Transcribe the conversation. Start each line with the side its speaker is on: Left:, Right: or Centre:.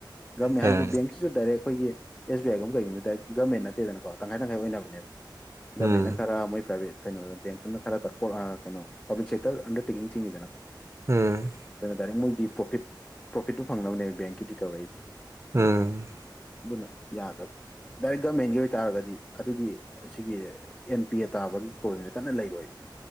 Left: ꯒꯃꯦꯟ
Right: ꯑꯥ
Left: ꯍꯥꯏꯗꯤ ꯕꯦꯡꯀꯤꯁꯨ ꯗꯥꯏꯔꯦꯛ ꯑꯩꯈꯣꯏꯒꯤ ꯑꯦꯁ ꯕꯤ ꯑꯥꯏꯒꯨꯝꯕ ꯀꯩꯒꯨꯝꯕ ꯍꯥꯏꯇꯥꯔ ꯒꯃꯦꯟ ꯅꯠꯇꯦꯗꯅꯀꯣ ꯇꯪꯈꯥꯏ ꯇꯪꯈꯥꯏ ꯑꯣꯏꯅꯕꯅꯦꯕ ꯒꯃꯦꯟꯅ
Right: ꯎꯝ
Left: ꯈꯔ ꯃꯣꯏ ꯄ꯭ꯔꯥꯏꯚꯦꯠ ꯀꯩꯅꯣꯗ ꯕꯦꯡꯇꯨꯅ ꯈꯔ ꯀꯩꯅꯣ ꯄꯥꯕ꯭ꯂꯤꯛ ꯁꯦꯛꯇꯔ ꯑꯟꯗꯔꯇꯦꯛꯀꯤꯡ ꯆꯤꯡꯉꯤꯗꯅꯀꯣ
Right: ꯎꯝ
Left: ꯑꯗꯨꯅ ꯗꯥꯏꯔꯦꯛ ꯃꯣꯏꯗꯤ ꯄ꯭ꯔꯣꯐꯤꯠ ꯄ꯭ꯔꯣꯐꯤꯠꯇꯨ ꯐꯪꯅꯕꯅꯦꯕ ꯕꯦꯡꯀꯤꯗꯤ ꯇꯧꯔꯛꯏꯁꯦ
Right: ꯎꯝ
Left: ꯑꯗꯨꯅ ꯌꯥꯗꯕ ꯗꯥꯏꯔꯦꯛ ꯒꯥꯃꯦꯟꯒꯤ ꯑꯣꯏꯇꯥꯥꯔꯒꯗꯤ ꯑꯗꯨꯒꯤ ꯑꯁꯤꯒꯤ ꯑꯦꯟ ꯄꯤ ꯑꯦ ꯇꯥꯕꯒꯤ ꯄ꯭ꯔꯣꯕ꯭ꯂꯦꯝꯁꯦ ꯀꯟꯅ ꯂꯩꯔꯣꯏꯕ